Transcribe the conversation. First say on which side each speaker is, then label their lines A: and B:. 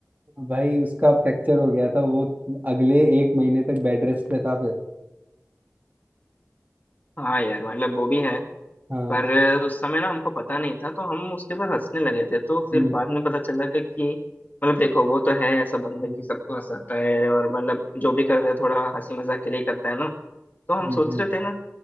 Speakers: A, on the right; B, on the left.
A: भाई उसका फ्रैक्चर हो गया था वो अगले एक महीने तक बेड रेस्ट पे था फिर
B: हाँ यार मतलब वो भी है
A: हाँ
B: पर उस समय ना हमको पता नहीं था तो हम उसके ऊपर हंसने लगे थे तो फिर
A: हम्म
B: बाद में पता चला कि कि मतलब देखो वो तो है ऐसा बंदा
A: हम्म
B: कि सबको हंसाता है और मतलब जो भी करता है थोड़ा हंसी मजाक के लिए करता है ना तो हम
A: हम्म,
B: सोच
A: हम्म,
B: रहे थे ना